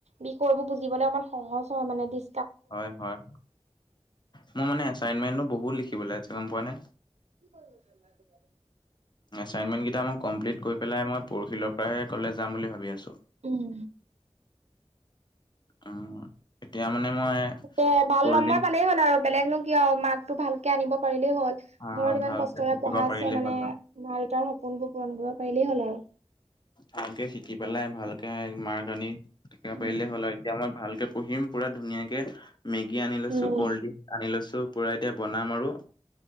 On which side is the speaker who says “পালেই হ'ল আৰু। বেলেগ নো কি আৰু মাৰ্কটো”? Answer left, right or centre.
Right